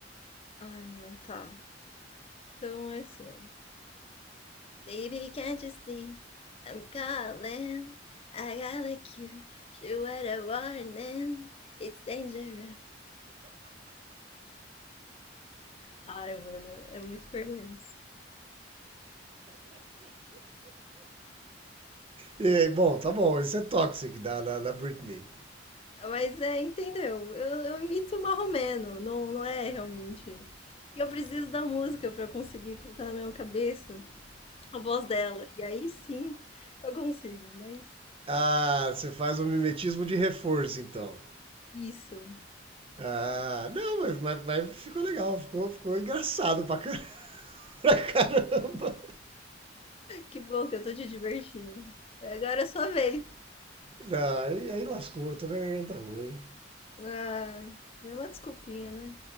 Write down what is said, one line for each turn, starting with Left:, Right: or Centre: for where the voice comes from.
Left: Ai, mano, tá. Então é assim, ó. Baby, can't you see? I'm calling. I got like you. She what a warning. It's dangerous. Ai, mano, é muito vergonhoso.
Right: E, aí, bom, tá bom, isso é Toxic da, da, da Britney.
Left: Mas é, entendeu? Eu, eu imito marromeno, não, não é realmente. E Eu preciso da música pra conseguir colocar na minha cabeça a voz dela. E aí sim eu consigo, mas
Right: Ah, você faz um mimetismo de reforço, então.
Left: isso.
Right: Ah, não, mas, mas, mas ficou legal, ficou, ficou engraçado pra, car- <laughs> pra caramba.
Left: Que bom que eu tô te divertindo. Agora é sua vez.
Right: Não, aí, aí lascou, tô com a garganta ruim.
Left: Ah, mesma desculpinha, né?